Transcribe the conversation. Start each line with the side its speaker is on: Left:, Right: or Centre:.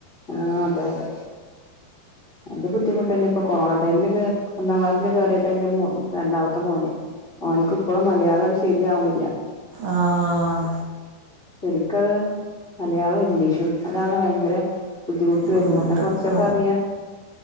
Left: ആഹ് അതെ അതെ എന്റെ ബുദ്ധിമുട്ട്ന്നെ ഇപ്പൊ കൊറോണ ടൈമിലൊക്കെ രണ്ടാം ക്ലാസ്സില് കേറിയതാ എന്റെ മോ രണ്ടാമത്തെ മോന്. ഓൻക്ക് ഇപ്പോഴും മലയാളം അട് ശരിയാവണില്ല
Right: ആഹ്
Left: ശരിക്കത് മലയാളവും ഇംഗ്ലീഷും അതാണ് ഭയങ്കര ബുദ്ധിമുട്ട്
Right: ബുദ്ധിമുട്ട്
Left: വരുന്നത്. എന്നാ കുറച്ചൊക്കെ
Right: ആ
Left: അറിയാ